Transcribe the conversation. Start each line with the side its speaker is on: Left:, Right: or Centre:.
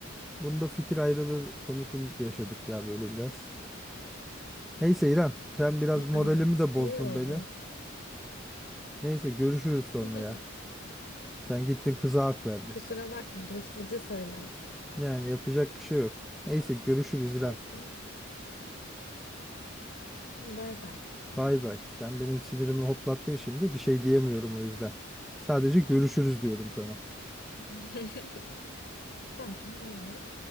Centre: bunda fikir ayrılığı konusunu yaşadık ya böyle biraz. Neyse İrem sen biraz moralimi
Left: Evet,
Centre: de bozdun
Left: iyi oldu.
Centre: benim. Neyse görüşürüz sonra
Left: <laughs>
Centre: ya. Sen gittin kıza hak verdin.
Left: Kusura bakma dostacı söyler.
Centre: Yani yapacak bir şey yok. Neyse görüşürüz İrem.
Left: Olsun. Bay bay.
Centre: Bay bay. Sen benim sinirimi hoplattın şimdi. Bir şey diyemiyorum o yüzden. Sadece görüşürüz diyorum sana.
Left: <laughs> Tamam, bay bay.